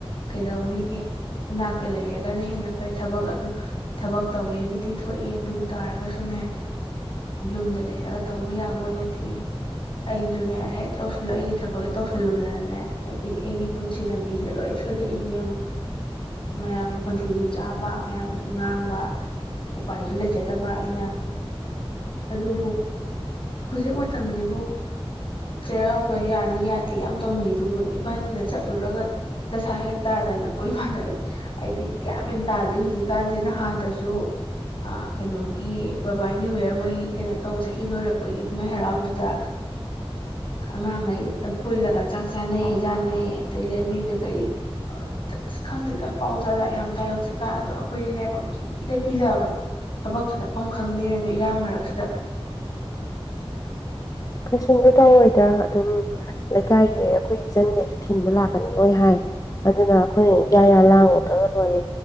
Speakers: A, on the left (about 60°); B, on the left (about 35°).
A: ꯀꯩꯗꯧꯅꯤꯒꯦ ꯏꯅꯥꯛꯇ ꯂꯩꯔꯒꯅ ꯍꯦꯟꯅ ꯐꯩ ꯊꯕꯛ ꯑꯗꯨ ꯊꯕꯛ ꯇꯧꯋꯦꯕꯨꯗꯤ ꯊꯣꯛꯏ ꯑꯗꯨ ꯇꯥꯔꯒꯁꯨꯅꯦ ꯌꯨꯝꯗ ꯂꯩꯔꯒ ꯇꯧꯕ ꯌꯥꯕ ꯑꯣꯏꯅ ꯊꯤꯌꯨ ꯑꯩꯁꯨꯅꯦ ꯍꯦꯛ ꯇꯧꯁꯤꯜꯂꯛ ꯑꯩꯒꯤ ꯊꯕꯛꯀꯤ ꯇꯧꯁꯤꯜꯂꯨꯗꯅꯅꯦ ꯑꯩꯒꯤ ꯑꯩꯒꯤ ꯄꯨꯟꯁꯤ ꯂꯝꯕꯤꯁꯤꯗ ꯂꯣꯏ ꯁ ꯀꯣꯏꯔꯛꯏꯁꯦ ꯑꯃꯨꯛ ꯃꯌꯥꯝꯒꯤ ꯈꯣꯟꯊꯤꯁꯨ ꯆꯥꯕ ꯃꯌꯥꯝꯁꯨ ꯉꯥꯡꯕ ꯎꯄꯥꯏꯁꯨ ꯂꯩꯖꯗꯕ ꯑꯩꯅ ꯑꯗꯨꯕꯨ ꯍꯧꯖꯤꯛ ꯃꯇꯝꯁꯤꯕꯨꯨꯛ ꯆꯩꯔꯥꯎꯕ ꯌꯥꯅꯤ ꯌꯥꯗꯦ ꯌꯥꯝ ꯇꯧꯅꯩ ꯑꯗꯨꯕꯨ ꯏꯕꯥꯅꯤꯅ ꯆꯠꯂꯨꯔꯒ ꯗꯁꯥ ꯍꯦꯛ ꯇꯥꯗꯅ ꯀꯣꯏꯃꯥꯟꯅ ꯑꯩꯗꯤ ꯒ꯭ꯌꯥꯟ ꯃꯦꯟ ꯇꯥꯗꯦ ꯍꯧꯖꯤꯛꯀꯥꯟꯁꯦ ꯅꯍꯥꯟꯗꯁꯨ ꯀꯩꯅꯣꯒꯤ ꯕꯕꯥꯏ ꯅ꯭ꯌꯨ ꯌꯔ ꯃꯣꯏꯒꯤ ꯀꯩꯅꯣ ꯇꯧꯕ ꯆꯍꯤ ꯂꯣꯏꯔꯛꯄꯒꯤ ꯀꯨꯝꯍꯩ ꯍꯔꯥꯎꯗꯨꯗ ꯑꯉꯥꯡꯈꯩ ꯄꯨꯜꯂꯒ ꯆꯥꯛ ꯆꯥꯅꯩ ꯍꯩꯖꯥꯟꯅꯩ ꯑꯗꯩ ꯂꯝꯕꯤꯗ ꯀꯔꯤ ꯑꯁ ꯈꯪꯗꯦꯗ ꯄꯥꯎ ꯖꯥꯠ ꯖꯥꯠ ꯌꯥꯝ ꯇꯥꯏ ꯍꯧꯖꯤꯛꯀꯥꯟ ꯑꯗꯣ ꯑꯈꯣꯏꯗꯤꯅꯦ ꯄꯪꯀꯤꯗ ꯀꯤꯖꯕ ꯊꯕꯛꯀ ꯆꯠꯐꯝ ꯈꯪꯗꯦ ꯏꯔꯥꯡ ꯃꯔꯛꯁꯤꯗ
B: ꯀꯩꯁꯨꯝꯇ ꯇꯧꯔꯣꯏꯗ ꯑꯗꯨꯝ ꯂꯩꯀꯥꯏꯒꯤ ꯑꯩꯈꯣꯏ ꯏꯆꯟꯒꯩꯁꯨ ꯊꯤꯟꯕ ꯂꯥꯛꯀꯅꯤ ꯂꯣꯏ ꯍꯥꯏ ꯑꯗꯨꯅ ꯑꯩꯈꯣꯏꯅ ꯌꯥ ꯌꯥ ꯂꯥꯡꯉꯨꯗ꯭ꯔꯒ ꯂꯣꯏꯔꯦ